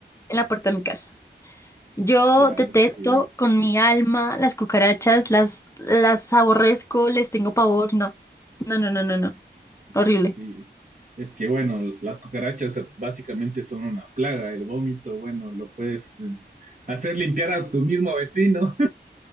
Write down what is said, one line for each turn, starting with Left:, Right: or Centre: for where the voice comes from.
Left: en la puerta de mi casa. Yo
Right: Ya,
Left: detesto
Right: sí,
Left: con mi alma las cucarachas, las, las aborrezco, les tengo pavor, no. No, no, no, no, no. Horrible.
Right: ya, sí. Es que, bueno, las cucarachas básicamente son una plaga. El vómito, bueno, lo puedes eh, hacer limpiar a tu mismo vecino.